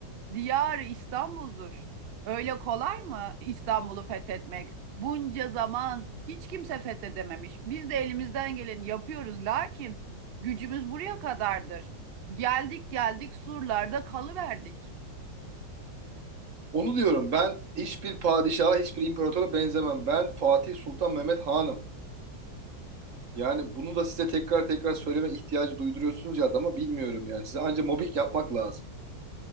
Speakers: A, on the right; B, on the right.
A: diyar İstanbul'dur. Öyle kolay mı İstanbul'u fethetmek? Bunca zaman hiç kimse fethedememiş. Biz de elimizden geleni yapıyoruz lakin gücümüz buraya kadardır. Geldik geldik surlarda kalıverdik.
B: onu diyorum. Ben hiçbir padişaha, hiçbir imparatora benzemem. Ben Fatih Sultan Mehmet Hanım. Yani bunu da size tekrar tekrar söyleme ihtiyacı duyduruyorsunuz ya adama bilmiyorum yani. Size anca mobbing yapmak lazım.